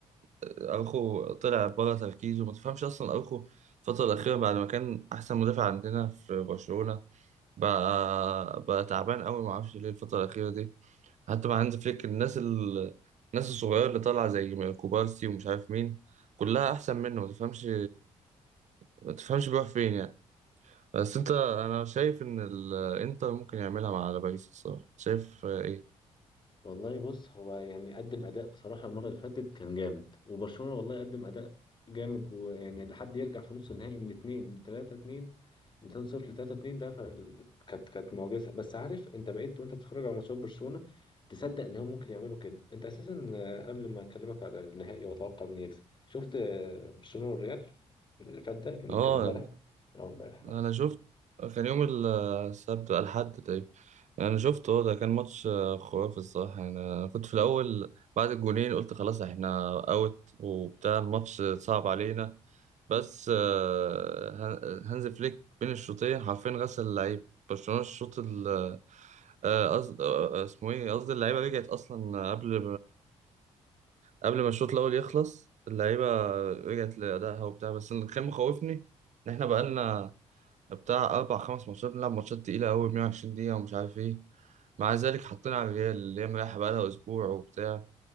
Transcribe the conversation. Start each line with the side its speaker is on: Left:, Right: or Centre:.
Right: اروخو طلع بره تركيزه ما تفهمش اصلا اروخو الفترة الأخيرة بعد ما كان أحسن مدافع عندنا في برشلونة بقى بقى تعبان قوي ما أعرفش ليه الفترة الأخيرة دي حتى مع هانز فليك الناس ال... الناس الصغيرة اللي طالعة زي كوبارسي ومش عارف مين كلها أحسن منه ما تفهمش ما تفهمش بيروح فين يعني بس
Left: دي
Right: انت انا شايف ان الانتر ممكن يعملها مع باريس الصراحه شايف آه، ايه
Left: والله بص هو يعني قدم اداء بصراحه المره اللي فاتت كان جامد وبرشلونه والله قدم اداء جامد ويعني لحد يرجع في نص النهائي من 2 ل 3 2 من 2 0 ل 3 2 ده ف- كانت كانت معجزه بس عارف انت بقيت وانت بتتفرج على ماتشات برشلونه تصدق ان هم ممكن يعملوا كده انت اساسا آه، قبل ما اكلمك على النهائي واتوقع مين يكسب شفت آه، برشلونه والريال اللي فات ده اللي
Right: اه
Left: كان امبارح أو امبارح آه.
Right: انا شفت كان يوم ال- السبت الحد تقريبا انا شفت هو ده كان ماتش آه، خرافي الصراحه يعني انا كنت في الاول بعد الجولين قلت خلاص احنا اوت وبتاع الماتش صعب علينا بس آه، هان- هانز فليك بين الشوطين حرفيا غسل اللعيب برشلونه الشوط ال- آه، قصد- آه، آه، اسمه ايه قصدي اللعيبه رجعت اصلا قبل قبل ما الشوط الاول يخلص اللعيبه رجعت لادائها وبتاع بس اللي كان مخوفني ان احنا بقالنا بتاع اربع خمس ماتشات بنلعب ماتشات تقيله قوي 120 دقيقه ومش عارف ايه مع ذلك حطينا على الريال اللي هي مريحه بقالها اسبوع وبتاع